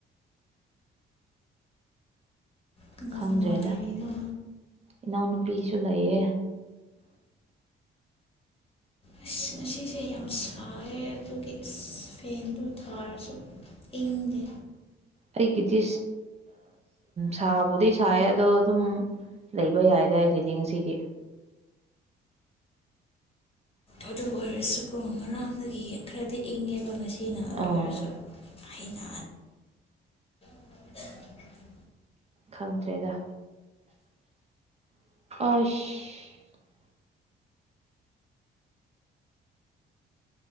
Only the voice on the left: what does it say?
ꯀꯅꯥ
ꯀꯅꯥ ꯂꯩꯔꯤꯅꯣ
ꯑꯁ ꯉꯁꯤꯁꯦ ꯌꯥꯝ ꯁꯥꯏꯦ ꯑꯗꯨꯒꯤ ꯐꯦꯟꯗꯣ ꯊꯥꯔꯁꯨ ꯏꯪꯗꯦ
ꯑꯗꯨꯕꯨ ꯑꯣꯏꯔꯁꯨꯀꯣ ꯉꯥꯡꯗꯒꯤ ꯈꯔꯗꯤ ꯏꯪꯉꯦꯕ ꯉꯁꯤ ꯑꯩꯅ ꯑꯗꯨ
ꯑꯣꯏꯔꯁꯨ ꯍꯩꯅ <unintelligible>